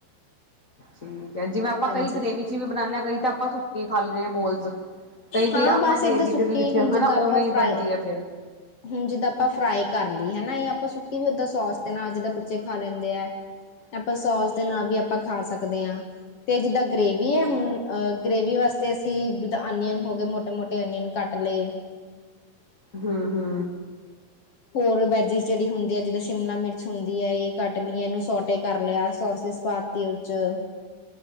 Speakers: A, on the left; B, on the left.
A: ਠੀਕ ਹੈ ਜਿਵੇਂ, ਆਪਾਂ
B: ਹਾਂਜੀ
A: ਕਈ ਗ੍ਰੇਵੀ ਚ ਵੀ ਬਣਾਨੇ ਹਾਂ, ਕਈ ਤਾਂ ਆਪਾਂ ਸੁੱਕੇ ਖਾ ਲਦੇ ਹਾਂ ਬੋਲਸ। ਕਈ
B: ਹਾਂ
A: ਵੀ
B: ਬਸ
A: ਆਪਾਂ ਗੇ
B: ਏਦਾਂ
A: ਦੀ
B: ਸੁੱਕੀ
A: ਦੇ ਵੀ ਵਿੱਚ
B: ਹੁਣ ਜਿੱਦਾਂ
A: ਹਨਾ
B: ਆਪਾਂ
A: ਉਵੇਂ
B: ਫਰਾਈ
A: ਬਣਦੀ ਹੈ, ਫੇਰ।
B: ਹੁਣ ਜਿੱਦਾਂ ਆਪਾਂ ਫਰਾਈ ਕਰ ਲਈ ਹਨਾ, ਆਪਾਂ ਸੁੱਕੀ ਵੀ ਓਦਾਂ ਸੋਸ ਦੇ ਨਾਲ ਜਿੱਦਾਂ ਬੱਚੇ ਖਾ ਲੈਂਦੇ ਆ।
A: ਹੈ ਨਾ। <inaudible>
B: ਆਪਾਂ ਸੋਸ ਦੇ ਨਾਲ ਵੀ ਆਪਾਂ ਖਾ ਸਕਦੇ ਹਾਂ, ਤੇ ਜਿੱਦਾਂ ਗ੍ਰਰੇਵੀ ਹੈ ਹੁਣ ਅ ਗ੍ਰੇਵੀ ਵਾਸਤੇ ਅਸੀਂ ਆਨੀਅਨ ਹੋ ਗਏ ਮੋਟੇ-ਮੋਟੇ ਅਨੀਅਨ ਕੱਟ ਲਏ।
A: ਹੂੰ-ਹੂੰ,
B: ਹੋਰ ਵੈਜਿਸ ਜਿਹੜੀ ਹੁੰਦੀ ਹੈ, ਜਿੱਦਾਂ ਸ਼ਿਮਲਾ ਮਿਰਚ ਹੁੰਦੀ ਹੈ, ਇਹ ਕੱਟ ਲਈਏ, ਇਹਨੂੰ ਸੋਟੇ ਕਰ ਲਿਆ ਸੋਸ ਪਾਤ <unintelligible>